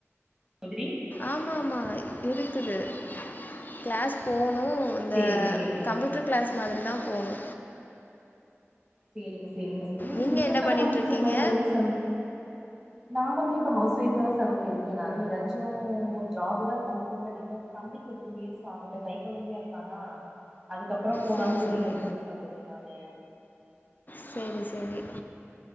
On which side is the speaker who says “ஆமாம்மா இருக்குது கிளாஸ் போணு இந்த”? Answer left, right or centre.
Left